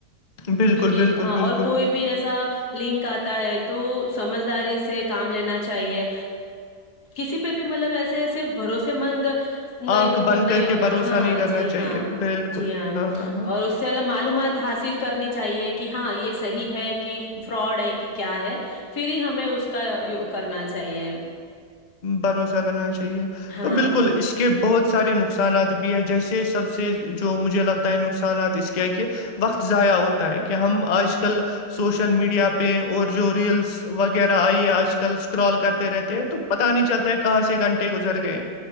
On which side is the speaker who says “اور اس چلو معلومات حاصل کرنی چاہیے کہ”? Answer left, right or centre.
Left